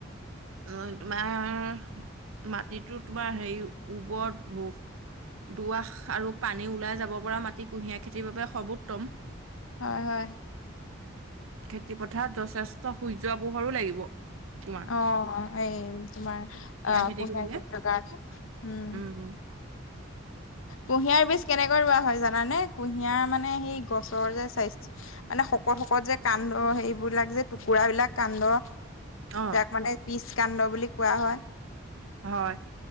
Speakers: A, on the right; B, on the left.
A: মই তোমাৰ, মাটিতো তোমাৰ হেৰি ওপৰত ভোক, দুআশ আৰু পানী ওলাই যাব পৰা মাটি কুঁহিয়াৰ খেতিৰ বাবে সৰ্বোত্তম।
B: হয় হয়।
A: খেতি পথাৰত যথেষ্ট সূৰ্য পোহৰো লাগিব। তোমাৰ
B: অ এই তোমাৰ অ
A: খেতি
B: কুঁহিয়াৰ
A: কৰিলে
B: খেতিটোৰ কাৰণে। উম।
A: উম।
B: কুঁহিয়াৰ বীজ কেনেকৈ ৰোৱা হয় জানানে? কুঁহিয়াৰ মানে সেই গছৰ যে চাইজ- মানে শকত শকত যে কান্দ সেইবিলাক যে টুকুৰাবিলাক কান্দ
A: অ
B: যাক মানে পিচ কাণ্ড বুলি কোৱা হয়।
A: হয়।